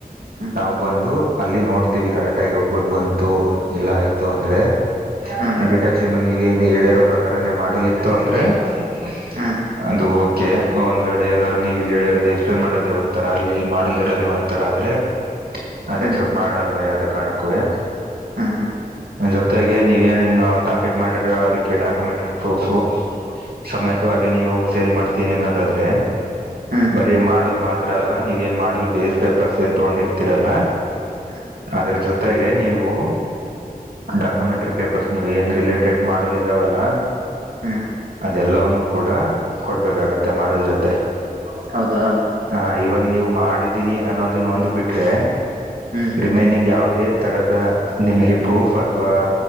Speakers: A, on the right; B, on the right.
A: ಹ್ಮ್
B: ನಾವು ಬಂದು ಅಲ್ಲಿ ನೋಡ್ತೀವಿ ಕರೆಕ್ಟ್ ಆಗಿ ಔಟ್ಪುಟ್ ಬಂತು ಎಲ್ಲ ಆಯ್ತು ಅಂದ್ರೆ <unintelligible>
A: ಹ್ಮ್
B: ಕ್ಷ ನೀವೇನು ಹೇಳಿರೋ ಪ್ರಕಾರನೇ ಮಾಡಲಿತ್ತು ಅಂದ್ರೆ <unintelligible>
A: ಹ್ಮ್
B: ಅದು ಓಕೆ ಒಂದ್ ವೇಳ ಏನಾದಾರರು ನೀವು ಇಲ್ಲಿ ಹೇಳಿರೋದ ಎಕ್ಸ್ಪ್ರೆಮಾಡಿೇವ ಅಂತರ ಅಲ್ಲಿ ಮಾಡಲ್ ಇರೋದೇವ ಒಂತರ ಆದ್ರೆ ಅದ
A: ಹ್ಮ್
B: ಎಕ್ಸೆಪ್ಟ ಮಾಡಲ್ಲ ಯ ಕಣಕ್ಕುವೆ
A: ಹ್ಮ್ ಹ್ಮ್
B: ಅದು ಜೊತೆಗೆ ನೀವ ಏನ್ ಟಾಪಿಕ್ ಮಾಡಿರ ಅದಕ್ಕೆ ಡಾಕ್ಯುಮೆಂಟ್ರಿ ಪ್ರೂಫು ಸಮೇತವಾಗಿ ನೀವು ಸೇಲ್ ಮಾಡ್ತೀನಿ ಅನ್ನೋದಾದ್ರೆ
A: ಹ್ಮ್
B: ಬರೀ ಮಾಡಲ್ ಮಾತ್ರ ಅಲ್ಲ ನೀವ್ ಏನ್ ಮಾಡಲ್ ಬೇಸ್ ಪೇಪರ್ಸ್ ಏನ್ ತಗೊಂಡಿರ್ತೀರಲ್ಲ
A: ಹ್ಮ ಹ್ಮ್
B: ಅದ್ರ ಜೊತೆಗೆ ನೀವು ಡಾಕ್ಯುಮೆಂಟ್ರರಿ ಪೇಪರ್ಸ್ ನೀವು ಏನ್ ರಿಲೇಟೆಡ್ ಮಾಡಲ್ ಇದಾವಲ್ಲ
A: ಹ್ಮ್
B: ಅದೆಲ್ಲವನ್ನು ಕೂಡ ಕೊಡ್ಬೇಕಾಗತ್ತೆ ಮಾಡಲ್ ಜೊತೆ
A: <unintelligible> ಹೌದಾ
B: ಹಾ ಇವನ್ ನೀವು ಮಾಡಿದ್ದೀನಿ ಅನ್ನೋದನ್ನು ಒಂದ್ ಬಿಟ್ರೆ
A: ಹ್ಮ್
B: ರಿಮೈನಿಂಗ್ ಯಾವವುದೇ ತರದ ನಿಮಗೆ ಪ್ರೂಫ್ ಅಥವಾ